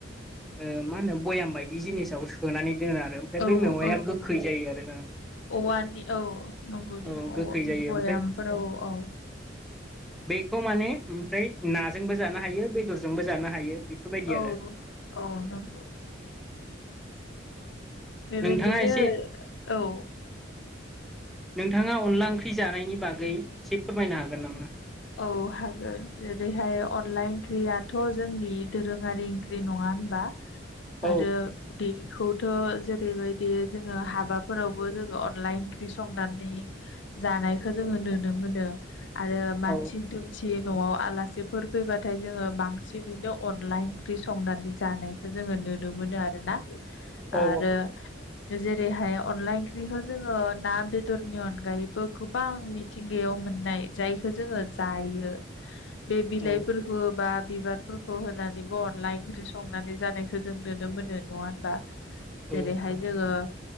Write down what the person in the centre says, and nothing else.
ओ मा होनो बयामबाय दि जिनिसाव सोनानै दोनो आरो ओमफ्राय
बै मेवाइया
गोखै जायो आरो
ओ गोखै
जायो
ओमफ्राय
बेखौ माने ओमफ्राय नाजोंबो जानो हायो बेदरजोंबो जानो हायो बेफोरबायदि
आरो
नोंथाङा एसे
नोंथाङा अनला ओंख्रि जानायनि बागै एसे फोरमायनो हागोन नामा
औ
औ
औ
औ
औ